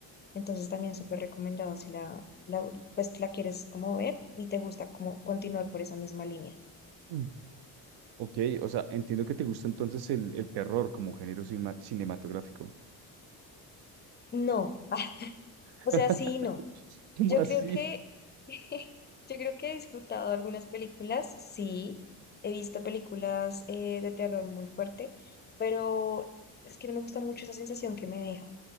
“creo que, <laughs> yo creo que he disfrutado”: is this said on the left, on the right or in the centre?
Left